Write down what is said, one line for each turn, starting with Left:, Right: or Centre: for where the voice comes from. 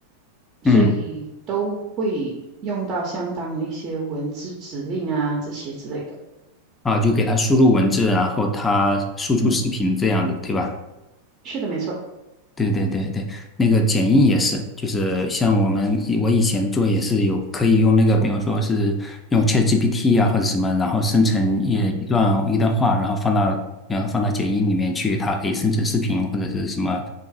Right: 所以都会用到相当的一些文字指令啊这些之类的。
Left: 嗯，啊，就给他输入文字，然后他输出视频这样的，
Right: 嗯，
Left: 对吧？
Right: 是的，没错。
Left: 对对对对，那个剪映也是，就是像我们我以前做也是有可以用那个，比方说是用 ChatGPT 啊或者什么，然后生成一一段一段话，
Right: 嗯，
Left: 然后放到然后放到剪映里面去，它可以生成视频或者是什么，